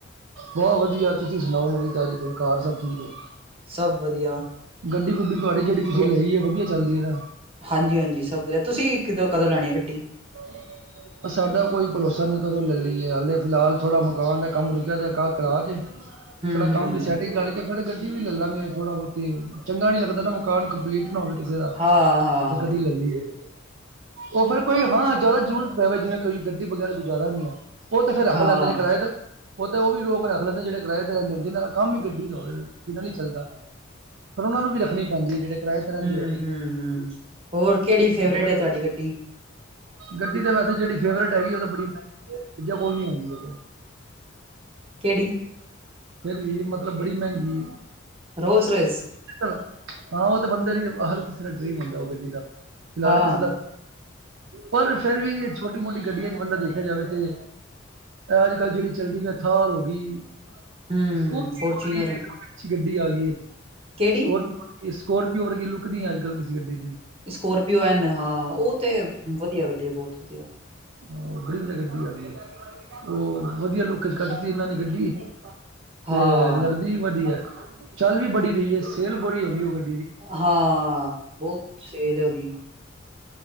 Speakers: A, on the right (about 65°); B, on the right (about 30°).
A: ਬਹੁਤ ਵਧੀਆ ਤੁਸੀਂ ਸੁਣਾਓ ਨਵੀਂ ਤਾਜ਼ੀ ਕੋਈ ਘਰ ਸਭ ਠੀਕ ਹੈ।
B: ਸਭ ਵਧੀਆ।
A: ਗੱਡੀ ਗੁੱਡੀ ਤੁਹਾਡੀ ਜਿਹੜੀ ਤੁਸੀਂ
B: ਉਹ
A: ਲਈ ਹੈ ਵਧੀਆ ਚੱਲਦੀ ਹੈ ਨਾ।
B: ਹਾਂਜੀ-ਹਾਂਜੀ, ਸਭ ਵਧੀਆ ਤੁਸੀਂ ਕਿਦੋਂ ਕਦੋਂ ਲੈਣੀ ਆ ਗੱਡੀ?
A: <unintelligible> ਸਾਡਾ ਕੋਈ ਭਰੋਸਾ ਨੀ ਕਦੋਂ ਲੈ ਲਈਏ ਹਾਲੇ ਫਿਲਹਾਲ ਥੋੜਾ ਮਕਾਨ ਦਾ ਕੰਮ ਰੁਕਿਆ ਤੇ ਕਰਾ ਕੇ
B: ਹੂੰ-ਹੂੰ।
A: ਥੋੜਾ ਕੰਮ ਦੀ ਸੈਟਿੰਗ ਕਰਕੇ ਫਿਰ ਗੱਡੀ ਵੀ ਲੈ ਲਾਂਗੇ ਥੋੜਾ ਬਹੁਤੀ ਚੰਗਾ ਨੀ ਲੱਗਦਾ ਨਾ ਮਕਾਨ ਕੰਪਲੀਟ ਨਾ ਹੋਵੇ। ਕਿਸੇ ਦਾ
B: ਹਾਂ-ਹਾਂ,
A: ਤੇ ਗੱਡੀ ਲੈ ਲਈ ਹੈ। ਉਹ ਫਿਰ ਕੋਈ ਹਾਂ ਜ਼ਿਆਦਾ ਜ਼ਰੂਰਤ ਪੈਵੇ ਜਿਵੇਂ ਕੋਈ ਗੱਡੀ ਵਗੈਰਾ ਗੁਜ਼ਾਰਾ ਨਹੀਂ ਹੈ। ਉਹ ਤੇ ਫੇਰ ਰੱਖ
B: ਹਾਂ, ਹਾਂ।
A: ਲੈਂਦੇ ਨੇ ਕਿਰਾਏ ਤੇ। ਉਹ ਤਾਂ ਉਹ ਵੀ ਲੋਕ ਰੱਖ ਲੈਂਦੇ ਜਿਹੜੇ ਕਿਰਾਏ ਤੇ ਰਹਿੰਦੇ ਨੇ ਜਿਹਨਾਂ ਦਾ ਕੰਮ ਵੀ ਗੱਡੀ ਦਾ ਹੋਵੇ ਬਿਨਾਂ ਨਹੀਂ ਚੱਲਦਾ। ਫਿਰ ਉਹਨਾਂ ਨੂੰ ਰੱਖਣੀ ਪੈਂਦੀ ਹੈ ਜਿਹੜੇ ਕਿਰਾਏ ਤੇ ਰਹਿੰਦੇ
B: ਹੂੰ,
A: ਹੋਣ
B: ਹੂੰ, ਹੂੰ, ਹੋਰ ਕਿਹੜੀ ਫੇਵਰੇਟ
A: ਹੋਰ
B: ਹੈ ਤੁਹਾਡੀ ਗੱਟੀ?
A: ਗੱਡੀ ਤਾਂ ਵੈਸੇ ਜਿਹੜੀ ਫੇਵਰੇਟ ਹੈਗੀ ਉਹ ਤਾਂ ਬੜੀ ਮਹਿੰਗੀ ਕੋਲ ਨੀ ਹੁੰਦੀ ਉਹ ਤੇ,
B: ਕਿਹੜੀ?
A: ਫਿਰ ਵੀ ਮਤਲਬ ਬੜੀ ਮਹਿੰਗੀ ਏ।
B: ਰੋਲਜ਼ ਰੋਜ਼
A: ਹਾਂ, ਉਹ ਤਾਂ ਬੰਦਾ ਹੀ ਹਰ ਕਿਸੇ ਦਾ ਡਰੀਮ ਹੁੰਦਾ ਉਹ ਗੱਡੀ ਦਾ ਫਿਲਹਾਲ
B: ਹਾਂ
A: ਕਿਸੇ ਦਾ ਪਰ ਫੇਰ ਵੀ ਛੋਟੀ ਮੋਟੀ ਗੱਡੀਆਂ ਚ ਬੰਦਾ ਦੇਖਿਆ ਜਾਵੇ ਤੇ ਅੱਜ ਕੱਲ੍ਹ ਜਿਹੜੀ ਚੱਲਦੀ ਵੀ ਥਾਰ ਹੋ ਗਈ।
B: ਹਾਂ
A: ਸਕੋਰਪੀਓ
B: ਫੋਰਚੂਨਰ
A: ਆ ਗਈ ਹੈ ਕਾਫੀ ਅੱਛੀ ਗੱਡੀ ਆ ਗਈ ਹੈ,
B: ਕਿਹੜੀ
A: ਸਕੋਰਪੀਓ ਸਕੋਰਪੀਓ ਵਰਗੀ ਲੁੱਕ ਨ ਅੱਜ ਕੱਲ੍ਹ ਕਿਸੇ ਗੱਡੀ ਦੀ।
B: ਸਕੋਰਪੀਓ ਐਨ ਹਾਂ ਉਹ ਤੇ ਵਧੀਆ ਗੱਡੀ ਆ ਬਹੁਤ ਵਧੀਆ।
A: ਹ ਬੜੀ ਵਧੀਆ ਗੱਡੀ ਆ ਗਈ ਹੈ, ਉਹ ਵਧੀਆ ਲੋਕ ਚ ਕੱਟਤੀ ਇਹਨਾਂ ਨੇ ਗੱਡੀ। ਤੇ
B: ਹਾਂ
A: ਲੱਗਦੀ ਵੀ ਵਧੀਆ ਚੱਲ ਵੀ ਬੜੀ ਰਹੀ ਹੈ ਸੇਲ ਬੜੀ ਹੈਗੀ ਹੋ ਗ
B: ਹਾਂ, ਬਹੁਤ ਸੇਲ ਉਹਦੀ।